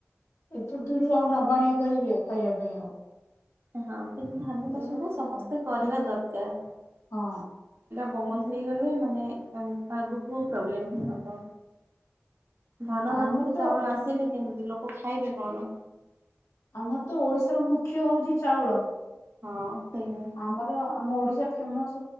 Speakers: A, on the left; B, on the right.
A: ଏତେ ଦୂରରୁ, ଆଉ ନବା ଆଣିବା କରିବି ଆଉ, ଖାଇବା ପାଇଁ ଆଉ।
B: ହଁ। କିନ୍ତୁ ଧାନ
A: ଏଇଆ
B: ଚାଷ ଟା
A: ହୁଏ
B: ସମସ୍ତେ
A: ଆଉ
B: କରିବା ଦରକାର। କା <unintelligible>
A: ହଁ।
B: ବନ୍ଦ୍ ହେଇଗଲେ ମାନେ ଆଗକୁ ପ୍ରୋବ୍ଲେମ୍ ହି ହବ। ଧାନ
A: ଆମର
B: ନଥିଲେ
A: ତ
B: ଚାଉଳ ଆସିବେ କେମିତି। ଲୋକ ଖାଇବେ କଣ?
A: ଆମର ତ ଓଡ଼ିଶାର ମୁଖ୍ୟ ହଉଛି ଚାଉଳ।
B: ହଁ ସେଇଟା।
A: ଆମର ଆମ ଓଡ଼ିଶା ଫେମସ୍।